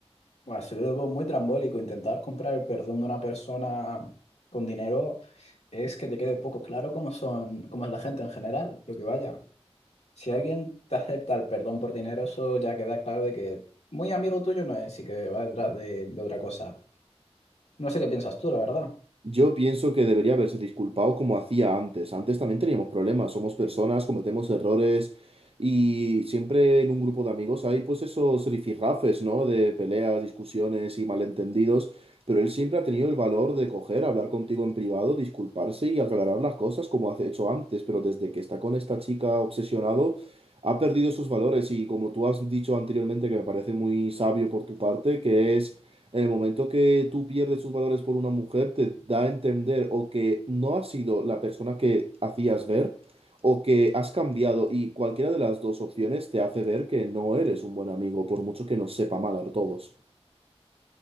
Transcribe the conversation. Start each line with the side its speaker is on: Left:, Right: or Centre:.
Left: Bueno, eso yo lo veo muy trambólico, intentar comprar el perdón de una persona con dinero es que te quede poco claro cómo son, cómo es la gente en general, porque vaya, si alguien te acepta el perdón por dinero, eso ya queda claro de que muy amigo tuyo no es y que va detrás de de otra cosa. No sé qué piensas tú, la verdad.
Right: Yo pienso que debería haberse disculpado como hacía antes. Antes también teníamos problemas, somos personas, cometemos errores y siempre en un grupo de amigos hay pues esos rifirrafes, ¿no? De peleas, discusiones y malentendidos, pero él siempre ha tenido el valor de coger, hablar contigo en privado, disculparse y aclarar las cosas como ha hecho antes, pero desde que está con esta chica obsesionado, ha perdido esos valores y como tú has dicho anteriormente, que me parece muy sabio por tu parte, que es en el momento que tú pierdes tus valores por una mujer, te da a entender o que no has sido la persona que hacías ver o que has cambiado y cualquiera de las dos opciones te hace ver que no eres un buen amigo, por mucho que nos sepa mal a todos.